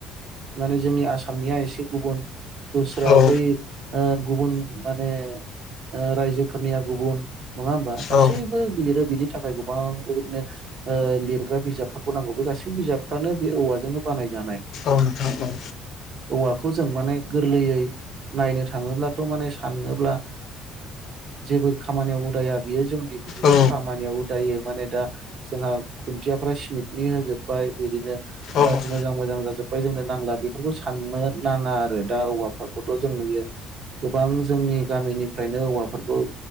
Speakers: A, on the right; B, on the left.
A: माने जोंनि आसामनिया एसे गुबुन दस्रा
B: औ
A: बै ओ गुबुन माने रायजोफोरनिया गुबुन नङा होमबा गासैबो
B: औ
A: लिर बेनि थाखाय गोबां बेबायदिनो ओ लिरग्रा बिजाबफोरखौ नांगौ बे गासैबो बिजाबफ्रानो बे औवाजों बानाय जाय
B: औ नोंथां औ।
A: औवाखौ जों माने गोरलैयै नायनो थाङोब्लाथ' माने साननोब्ला। जेबो खामानियाव उदाया बियो जोंनि बिदिल'
B: औ
A: खामानियाव उदायो माने दा। जोंहा खुन्थियाफ्रा सिमेटनि होजोबबाय बिदिनो
B: औ
A: मोजां मोजां जाजोब्बाय जोंनो नांला बे बेखौ साननो नाङा आरो। दा औवाफोरखौथ' जों नुयो गोबां जोंनि गामिनिफ्रायनो औवाफोरखौ।